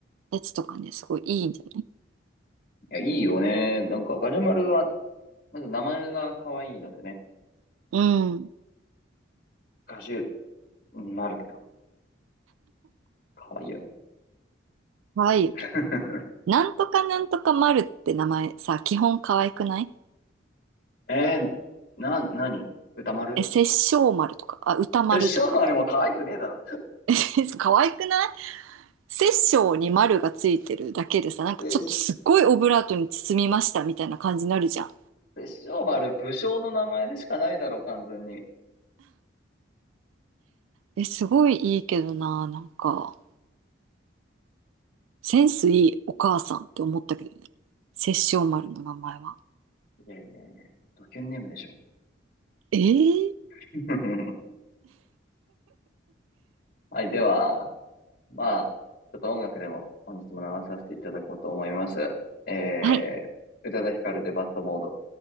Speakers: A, on the right; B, on the left.
A: やつとかね、すごいいいんじゃない
B: や、いいよね。なんかガジュマルは、まず名前が可愛いのでね。
A: うん。
B: ガジュマルだよ。可愛いよね。
A: かわいいよね。
B: <laughs>
A: なんとかなんとか丸って名前さ、基本かわいくない
B: えー、な、なに歌丸
A: え、殺生丸とか、あ、歌丸とか。
B: 殺生丸も可愛くねえだろ。
A: <laughs> かわいくない殺生に丸がついてるだけでさ、なんかちょっとすっごいオブラートに包みましたみたいな感じになるじゃん。
B: 殺で、塩丸、武将の名前でしかないだろう、完全に。い
A: え、すごいいいけどな、なんか、センスいいお母さんって思ったけどね。殺生丸の名前は。
B: やいやいや、ドキュンネームでしょ。
A: えー
B: <laughs> はい、では、まあ、ちょっと音楽でも本日も流させていただこうと思います。えー、
A: はい。
B: 宇多田ヒカルでバッドモード。